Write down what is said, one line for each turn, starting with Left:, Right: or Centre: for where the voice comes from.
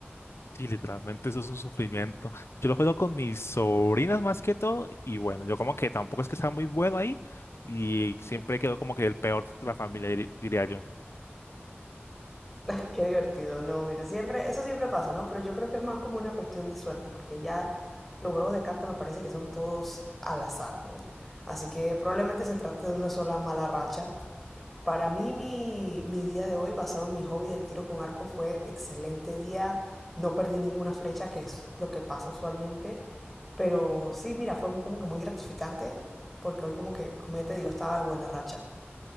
Left: Sí, literalmente eso es un sufrimiento. Yo lo juego con mis sobrinas más que todo y bueno, yo como que tampoco es que sea muy bueno ahí y siempre quedo como que el peor de la familia, diri- diría yo.
Centre: <laughs> Qué divertido, no, mira, siempre, eso siempre pasa, ¿no? Pero yo creo que es más como una cuestión de suerte, porque ya los juegos de carta me parece que son todos al azar, ¿no? Así que probablemente se trate de una sola mala racha. Para mí, mi, mi día de hoy, basado en mi hobby del tiro con arco, fue excelente día. No perdí ninguna flecha, que es lo que pasa usualmente. Pero sí, mira, fue como que muy gratificante, porque hoy como que, como ya te digo, estaba de buena racha.